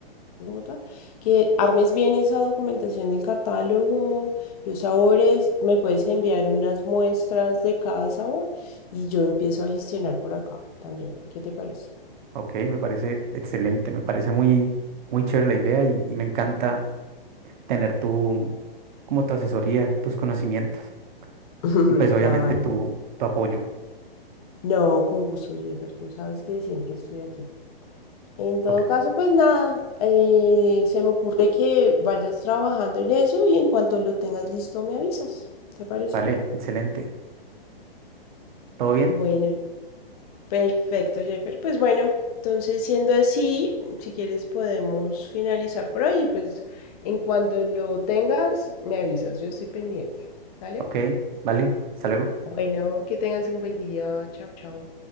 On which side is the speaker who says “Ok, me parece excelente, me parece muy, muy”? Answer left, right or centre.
Right